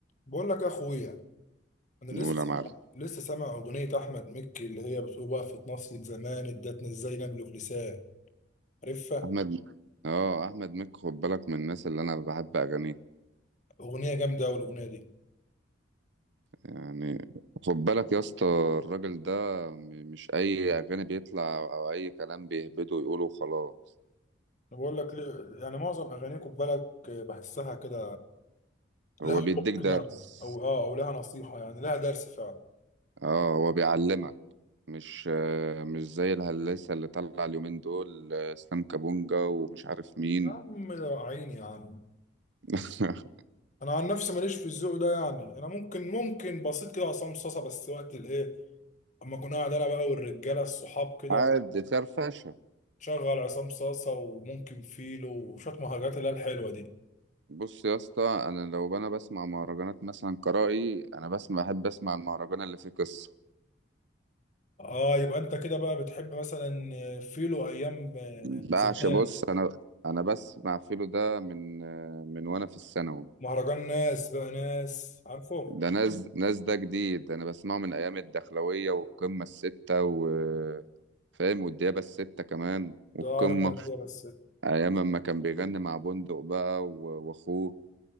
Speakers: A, on the left; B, on the right.
A: بقول لك يا اخويا انا لسه
B: نقول
A: سامع
B: يا معلم
A: لسه سامع اغنيه احمد مكي اللي هي بتقول وقفت نصية زمان ادتنا ازاي نملك لسان عارفها
B: احمد اه احمد مكي خد بالك من الناس اللي انا بحب اغانيه
A: اغنيه جامده قوي الاغنيه دي
B: يعني خد بالك يا اسطى الراجل ده م- مش اي اغاني بيطلع او اي كلام بيهبده ويقوله وخلاص
A: انا بقول لك ليه- يعني معظم اغانيكم بالك بحسها كده
B: هو
A: لها حب
B: بيديك درس
A: كده او اه او لها نصيحه يعني لها درس فعلا
B: اه هو بيعلمك مش آه، مش زي الهلاسة اللي طلع اليومين دول آه، اسلام كابونجا ومش عارف مين
A: يا عم يا عيني يا عم
B: <laughs>
A: انا عن نفسي ماليش في الذوق ده يعني انا ممكن ممكن بسيط كده عصام صاصه بس وقت الايه اما اكون قاعد انا بقى والرجاله الصحاب كده
B: عادي فرفشه
A: شغل عصام صاصة وممكن فيلو وشوية مهرجانات اللي هي الحلوة دي
B: بص يا اسطى انا لو انا بسمع مهرجانات مثلا قرائي انا بسمع بحب اسمع المهرجان اللي فيه قصه
A: اه يبقى انت كده بقى بتحب مثلا فيلو ايام آه،
B: بعشق
A: زمان
B: بص انا انا بسمع فيلو ده من من وانا في الثانوي
A: مهرجان ناس بقى ناس عارفه
B: ده ناس ناس ده جديد انا بسمعه من ايام الدخلويه والقمه السته و فاهم والديابه السته كمان والقمه
A: ده عارف انا كده بس
B: ايام ما كان بيغني مع بندق بقى و- واخوه